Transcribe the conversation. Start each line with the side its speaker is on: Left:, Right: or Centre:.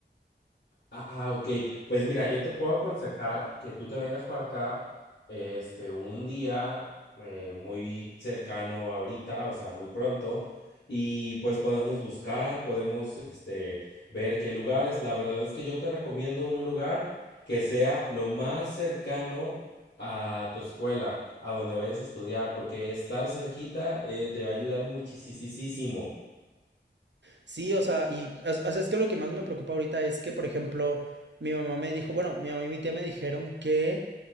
Left: Ah, ok. Pues mira, yo te puedo aconsejar que tú te vengas para acá, este, un día eh, muy cercano ahorita, o sea, muy pronto, y pues podemos buscar, podemos, este, ver qué lugares. La verdad es que yo te recomiendo un lugar que sea lo más cercano a tu escuela, a donde vayas a estudiar, porque estar cerquita eh, te va a ayudar muchísimo.
Right: Sí, o sea, y as- as- es que lo que más me preocupa ahorita es que, por ejemplo, mi mamá me dijo, bueno, mi mamá y mi tía me dijeron que